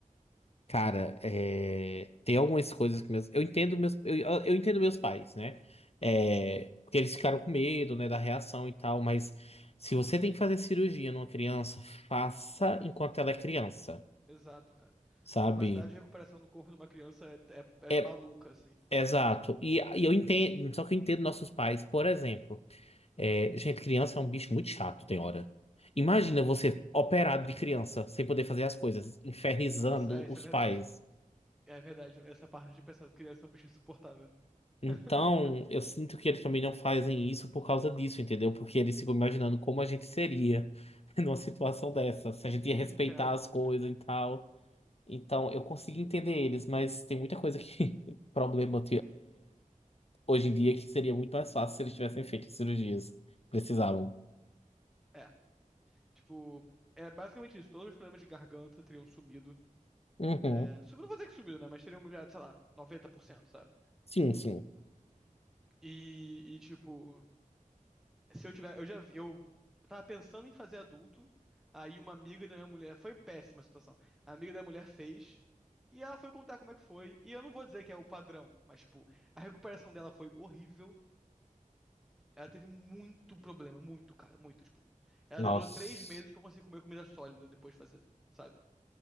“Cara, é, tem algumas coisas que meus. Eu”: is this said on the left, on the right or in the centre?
Left